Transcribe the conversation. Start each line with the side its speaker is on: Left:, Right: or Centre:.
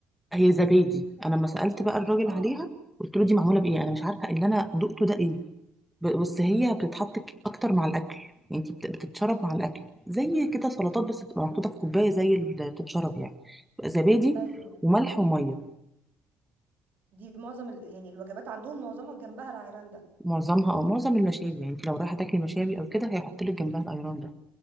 Centre: هي زبادي انا لما سالت بقى الراجل
Right: اه
Centre: عليها قلت له دي معموله بايه انا مش عارفه اللي انا دقته ده ايه ب- بس هي بتتحط ك- اكتر مع الاكل يعني انت بت- بتتشرب مع الاكل زي كده سلطات بس بتبقى محطوطه في كوبايه زي اللي بتتشرب يعني بتبقى زبادي
Right: ايوه
Centre: وملح وميه
Right: دي معظم ال... يعني الوجبات عندهم معظمها جنبها العيران ده
Centre: معظمها او معظم المشاوي يعني انت لو رايحه تاكلي مشاوي او كده هيحط لك جنبها الايران ده